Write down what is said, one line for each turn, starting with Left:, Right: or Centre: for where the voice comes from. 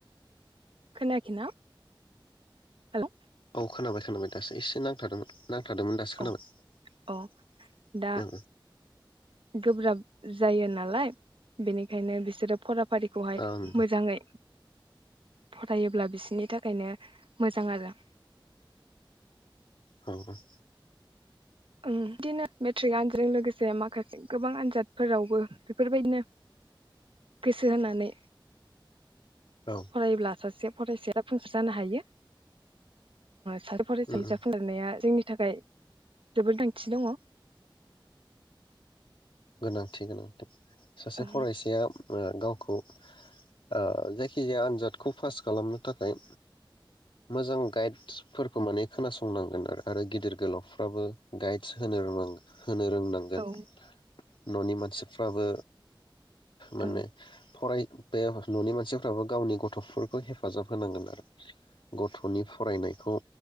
Right: खोनायाखै ना हेलौ
Left: <unintelligible> दासो एसे नांथादोंमोन नांथादोंमोन दासो खोनाबाय
Right: औ औ दा
Left: ओ
Right: गोब्राब जायो नालाय बेनिखायनो बिसोरो फरा टिखौहाय
Left: ओं
Right: मोजाङै फरायोब्ला बिसिनि थाखायनो मोजां आरो।
Left: औ <unintelligible>
Right: उम बिदिनो बे ट्रिक आनजों लोगोसे माखासे गोबां आनजादफोरावबो बेफोरबायदिनो गोसो होनानै
Left: औ
Right: फरायोब्ला सासे फरायसाया फ जानो हायो सा फरायसा
Left: उम,
Right: हिसाबखौ
Left: उम.
Right: लिरनाया जोंनि <unintelligible> थाखाय जोबोर गोनांथि दङ।
Left: गोनांथि गोनांथि सासे
Right: औ
Left: फरायसाया ओ गावखौ अ जा खिजाया आनजादखौ फास खालामनो थाखाय मोजां गाइदसफोरखौ माने खोनासंनांगोन आरो आरो गिदिर गोलावफोराबो गाइड्स होनो रोंनांगौ। होनो रोंनांगोन।
Right: औ
Left: न'नि मानसिफोराबो माने
Right: औ
Left: फराय बे न'नि मानसिफ्राबो गावनि गथ'फोरखौ हेफाजाब होनांगोन आरो। गथ'नि फरायनायखौ